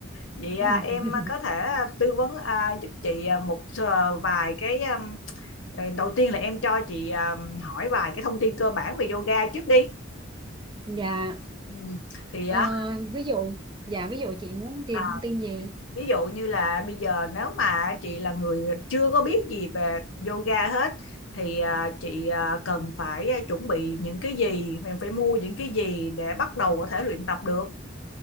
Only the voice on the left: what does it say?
Vậy à,
em có thể à, tư vấn à, giúp chị à, một à, vài cái à, đầu tiên là em cho chị à, hỏi vài cái thông tin cơ bản về yoga trước đi.
Ừ. Thì
á
à,
ví dụ như là bây giờ nếu mà chị là người chưa có biết gì về yoga hết thì à, chị à, cần phải à, chuẩn bị những cái gì mình phải mua những cái gì để bắt đầu có thể luyện tập được